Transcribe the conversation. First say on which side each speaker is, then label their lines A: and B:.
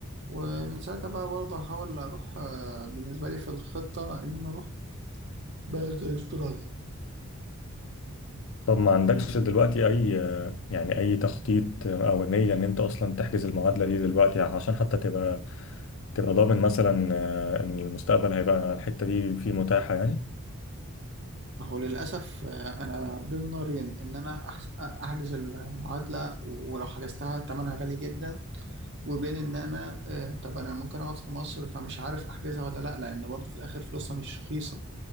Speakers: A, on the right (about 50°); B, on the left (about 60°).
A: ومن ساعتها بقى برضه هحاول أروح آه، بالنسبة لي في الخطة إن أنا أروح بلد زي استراليا
B: طب ما عندكش دلوقتي اي آه، يعني اي تخطيط او نيه ان انت اصلا تحجز المعادله دي دلوقتي عشان حتى تبقى تبقى ضامن مثلا آه، ان المستقبل هيبقى الحته دي فيه متاحه يعني
A: ما هو للأسف آه، أنا بين نارين إن أنا أحس- أحجز المعادلة ولو حجزتها تمنها غالي جدا وبين إن أنا آه، طب أنا ممكن أقعد في مصر فمش عارف أحجزها ولا لأ لأن برضه في الآخر فلوسها مش رخيصة